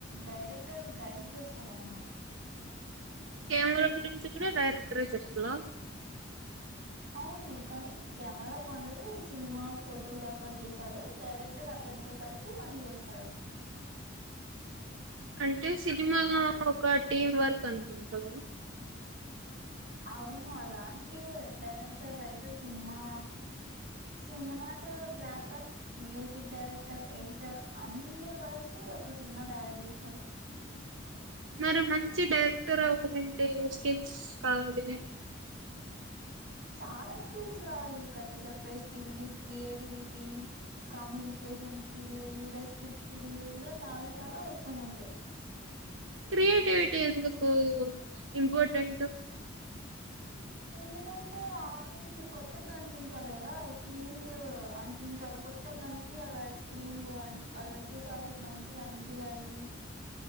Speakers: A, on the right; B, on the right.
A: డైరెక్టర్ గైడ్ చేస్తాడ అనమాట
B: కెమెరా గురించి కూడా డైరెక్ట్గా చెప్పలా
A: అవును. కానీ కెమెరా పనులు సినిమా ఫోటోగ్రాఫర్ చేస్తడు. డైరెక్టర్ అతనితో కలిపి పని చేస్తాడు.
B: అంటే సినిమాగా ఒక టీమ్ వర్క్ అనుకుంటా కదా
A: అవును అలాంటిదే director writer cinema cinematographer music director editor అందరు కలిసి ఒక సినిమా తయారు చేస్తారు.
B: మరి మంచి డైరెక్టర్ అవ్వాలం డి స్కిల్స్ కావాలి
A: చాలా స్కిల్స్ కావాలి. కథ చెప్పే skill creativity communication skill leadership skill ఇలా చాలా చాలా అవసరం ఉంటాయి.
B: క్రియేటివిటీ ఎందుకు ఇంపార్టెంట్
A: ఎందుకంటే ఆడియన్స్ కొత్తగా కనిపించాలి. కదా సీన్లు అనిపించాలి. కొత్తగా కనిపియాలి స్క్రీన్లు వాళ్ళకి చూసే వాళ్ళకి మంచిగా ఆనిపియాలి